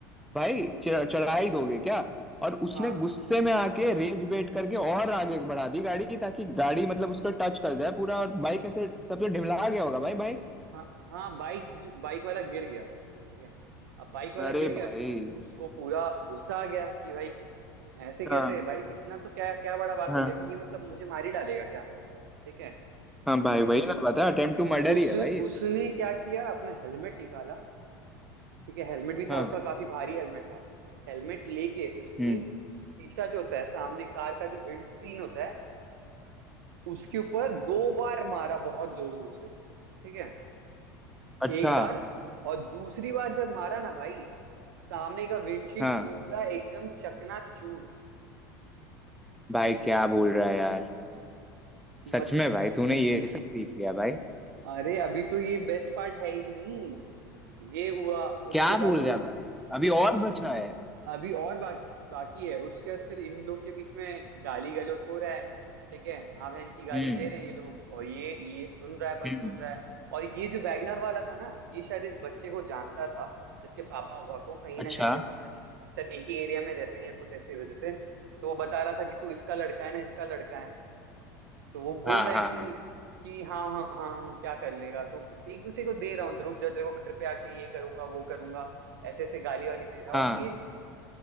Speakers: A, in the centre; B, on the right.
A: भाई च- चढ़ाई दोगे क्या और उसने
B: हाँ
A: गुस्से में आके रेज बेट करके और आगे बढ़ा दी गाड़ी ताकि गाड़ी मतलब उसका टच कर जाए पूरा और बाइक ऐसे तब तो ढिमला गया होगा भाई बाइक
B: हाँ हाँ बाइक बाइक वाला गिर गया ठीक है अब बाइक वाला
A: अरे
B: गिर गया
A: भाई
B: तो उस, उसको पूरा गुस्सा आ गया कि भाई ऐसे कैसे
A: हाँ
B: भाई इतना तो क्या क्या बड़ा बात
A: हाँ
B: हो गया कि ये मतलब मुझे मार ही डालेगा क्या ठीक है
A: हाँ भाई वही ना बता अटेम्प्ट टू मर्डर
B: उस
A: ही है भाई ये।
B: उसने क्या किया अपना हेलमेट निकाला ठीक है हेलमेट भी
A: हाँ
B: था उसका काफी भारी हेलमेट था हेलमेट लेके उसने
A: हम्म
B: शीशा जो होता है सामने कार का जो विंड स्क्रीन होता है उसके ऊपर दो बार मारा बहुत जोर जोर से ठीक है
A: अच्छा
B: एक बार और दूसरी बार जब मारा ना भाई सामने का विंडशील्ड
A: हाँ
B: पूरा एकदम चकनाचूर
A: भाई क्या बोल रहा है यार सच
B: मत
A: में भाई तूने ये सब देख लिया भाई
B: अरे अभी तो ये बेस्ट पार्ट है ही नहीं ये हुआ
A: क्या
B: उसके बाद
A: बोल
B: फिर
A: रहा है भाई अभी और बचा है
B: अभी और बाकी बाकी है उसके बाद फिर इन लोग के बीच में गाली गलौज हो रहा है ठीक है माँ बहन की गाली
A: हम्म
B: दे रहे हैं ये लोग और ये ये सुन रहा है बस
A: हम्म,
B: सुन रहा है और ये जो वैगनर वाला था ना ये शायद इस बच्चे को जानता था इसके पापा हुआ को कहीं
A: अच्छा
B: ना कहीं से पता नहीं शायद एक ही एरिया में रहते हैं या कुछ ऐसी वजह से तो वो बता रहा था कि तू इसका लड़का है ना इसका लड़का है ना तो वो बोल
A: हाँ
B: रहा
A: हाँ
B: है कि
A: हाँ
B: कि हाँ हाँ हाँ हूँ क्या कर लेगा तो एक दूसरे को दे रहा हूँ रुक जा तेरे को घर पे आके ये करूंगा वो करूंगा ऐसे ऐसे गाली वाली दे रहा
A: हाँ
B: है और ये